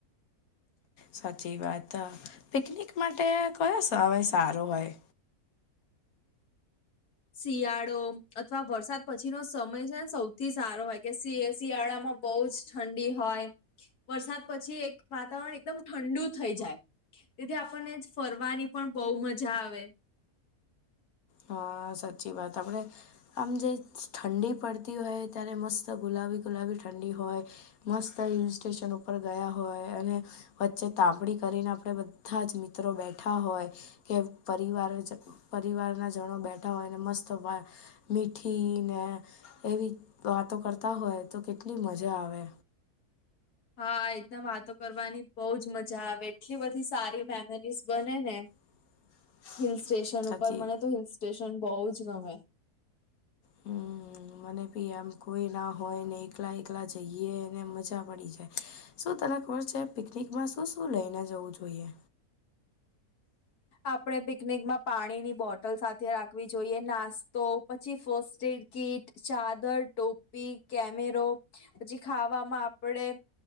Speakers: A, on the left; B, on the left.
A: સાચી વાત અ પિકનિક માટે કયો સમય સારો હોય
B: શિયાળો અથવા વરસાદ પછી નો સમય છેને સૌથી સારો હોય કે શિ શિયાળામાં બહુ જ ઠંડી હોય વરસાદ પછી એક વાતાવરણ એકદમ ઠંડુ થઈ જાય. તેથી આપણને જ ફરવાની પણ બહુ મજા આવે
A: હા સાચી વાત આપણેે આમ જે ઠંડી પડતી હોય ત્યારે મસ્ત ગુલાબી ગુલાબી ઠંડી હોય મસ્ત હિલ સ્ટેશન ઉપર ગયા હોય અને વચ્ચે તાપણી કરીને આપણે બધા જ મિત્રો બેઠા હોય કે પરિવાર પરિવારના જણો બેઠા હોય ને મસ્ત ભ મીઠી ને એવી વાતો કરતા હોય તો કેટલી મજા આવે.
B: હા એના વાતો કરવાની બહુજ મજા આવે એટલી બધી સારી મેમરીઝ બને ને
A: <unintelligible>
B: હિલ સ્ટેશન
A: સાચી
B: ઉપર મને તો હિલ સ્ટેશન બહુ જ ગમે
A: હમ મને બી આમ કોઈ ના હોય ને એકલા એકલા જઈએ ને મજા પડી જાય શું તને ખબર છે પિકનિકમાં શું શું લઈને જવું જોઈએ.
B: આપણે પિકનિકમાં પાણીની બોટલ સાથે રાખવી જોઈએ નાસ્તો પછી ફસ્ટ એડ કીટ ચાદર ટોપી કેમેરો પછી ખાવામાં આપણેે